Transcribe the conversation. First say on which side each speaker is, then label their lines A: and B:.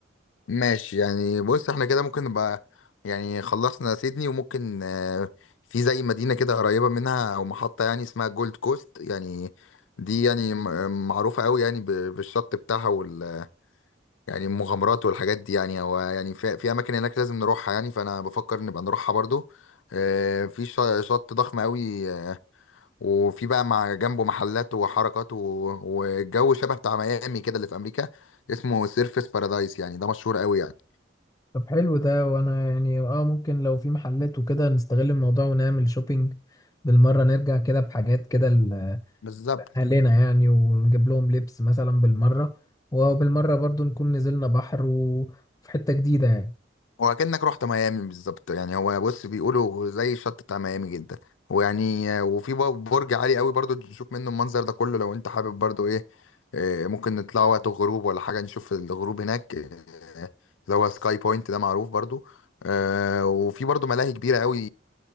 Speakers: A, on the left; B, on the left.
A: ماشي يعني بص احنا كده ممكن نبقى يعني خلصنا سيدني وممكن آه، في زي مدينة كده قريبة منها او محطة يعني اسمها جولد كوست يعني دي يعني م- معروفة قوي يعني ب- بالشط بتاعها وال يعني المغامرات والحاجات دي يعني هو يعني في, في اماكن هناك لازم نروحها يعني فانا بفكر نبقى نروحها برضو آه، في ش- شط ضخم قوي آه، وفي بقى مع جنبه محلات وحركات و- والجو شبه بتاع ميامي كده اللي في امريكا اسمه سيرفس بارادايس يعني ده مشهور قوي يعني
B: طب حلو ده وانا يعني اه ممكن لو في محلات وكده نستغل الموضوع ونعمل شوبينج بالمرة نرجع كده بحاجات كده
A: بالظبط
B: لأهلنا يعني ونجيب لهم لبس مثلا بالمرة وبالمرة برضو نكون نزلنا بحر وفي حتة جديدة يعني
A: وكأنك رحت ميامي بالظبط يعني هو بص بيقولوا زي الشط بتاع ميامي جدا ويعني آه، وفي بر- برج عالي قوي برضو نشوف منه المنظر ده كله لو انت حابب برضو ايه آه، ممكن نطلع وقت الغروب ولا حاجة نشوف الغروب هناك آه، اللي هو سكاي بوينت ده معروف برضو آه، وفي برضو ملاهي كبيرة قوي